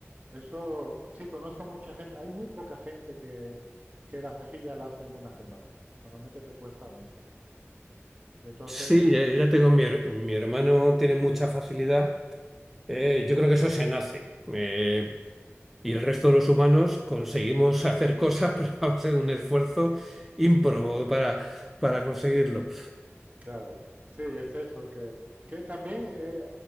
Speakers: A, on the right (about 35°); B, in the centre.
A: eso sí, conozco mucha gente. Hay muy poca gente que, que la cejilla la hace en una semana. Normalmente te cuesta meses. Y entonces,
B: Sí, ya, ya tengo mi, her- mi hermano tiene mucha facilidad, eh, yo creo que eso se nace. Eh, Y el resto de los humanos conseguimos hacer cosas, <laughs> pero va a ser un esfuerzo ímprobo para, para conseguirlo.
A: claro, sí, es eso. Que, que también eh,